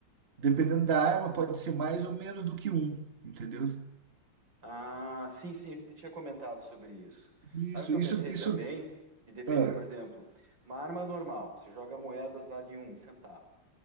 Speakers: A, on the right; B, on the right.
A: Dependendo da arma, pode ser mais ou menos do que um, entendeu?
B: Ah, sim, sim, a gente tinha comentado sobre isso.
A: Isso,
B: Sabe o que
A: isso,
B: eu pensei
A: isso.
B: também? E depender,
A: Ah,
B: por exemplo, uma arma normal, você joga moedas lá de um centavo,